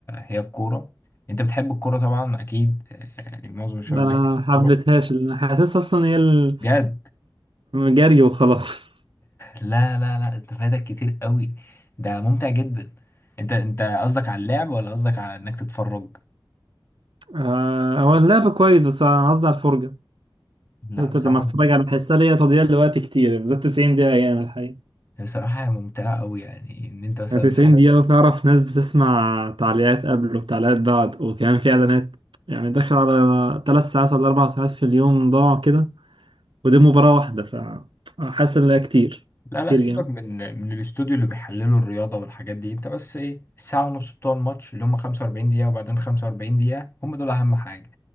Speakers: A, on the left; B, on the right.
A: هي الكورة انت بتحب الكورة طبعا اكيد آه، يعني معظم الشباب
B: ده أنا
A: بيحب
B: محبتهاش
A: الكورة
B: لأن حاسسها أصلا هي ال-
A: بجد
B: جري وخلاص
A: لا لا لا انت فايتك كتير قوي ده ممتع جدا انت انت قصدك على اللعب ولا قصدك على انك تتفرج
B: <laughs> آه، هو اللعب كويس بس أنا قصدي على الفرجة
A: لا
B: لما
A: بصراحة
B: أتفرج على بحسها ليا تضييع لوقت كتير بالذات 90 دقيقة يعني الحقيقة
A: بصراحة هي ممتعة قوي يعني ان انت مثلا
B: 90
A: حد
B: دقيقة بتعرف ناس بتسمع تعليقات قبل وتعليقات بعد وكمان في إعلانات يعني داخل على ثلاث ساعات ولا أربع ساعات في اليوم ضاعوا كده ودي مباراة واحدة فحاسس إن ده كتير
A: لا لا
B: كتير
A: سيبك
B: جامد
A: من من الاستوديو اللي بيحللوا الرياضة والحاجات دي انت بس ايه الساعة ونص بتوع الماتش اللي هم 45 دقيقة وبعدين 45 دقيقة هم دول أهم حاجة